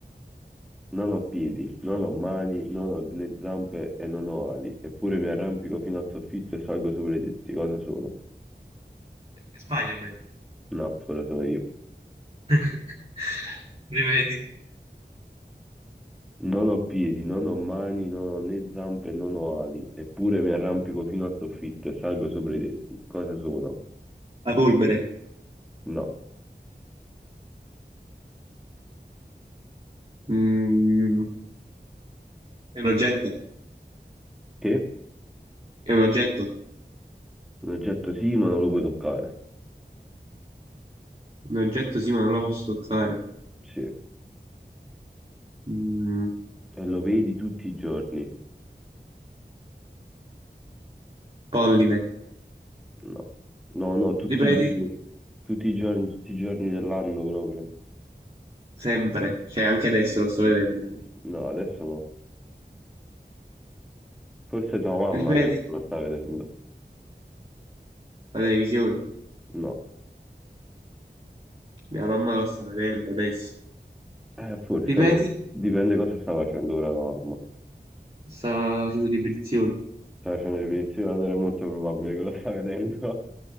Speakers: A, in the centre; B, on the right.
A: Non ho piedi, non ho mani, non ho né zampe e non ho ali, eppure mi arrampico fino al soffitto e salgo sopra i tetti. Cosa sono?
B: Spider-Man.
A: No, quello sono io.
B: <laughs> Rivedi.
A: Non ho piedi, non ho mani, non ho né zampe, non ho ali, eppure mi arrampico fino al soffitto e salgo sopra i tetti. Cosa sono?
B: La polvere.
A: No.
B: Mm, è un oggetto.
A: Che?
B: È un oggetto.
A: Un oggetto sì, ma non lo puoi toccare.
B: Un oggetto sì, ma non lo posso toccare.
A: Sì.
B: Mm,
A: E lo vedi tutti i giorni?
B: polline.
A: No. No, no, tutti
B: Ripeti?
A: i giorni, tutti i giorni, tutti i giorni dell'anno proprio.
B: Sempre, cioè anche adesso
A: Sì,
B: lo sto
A: sì,
B: vedendo.
A: sì, sì. No, adesso no. Forse tua mamma
B: Ripeti?
A: adesso lo sta vedendo.
B: La televisione.
A: No.
B: Mia mamma lo sta vedendo adesso.
A: Eh, forse
B: Ripeti?
A: no. Dipende cosa sta facendo ora tua mamma.
B: Sta facendo ripetizioni.
A: Sta facendo ripetizione, allora è molto probabile che lo sta vedendo.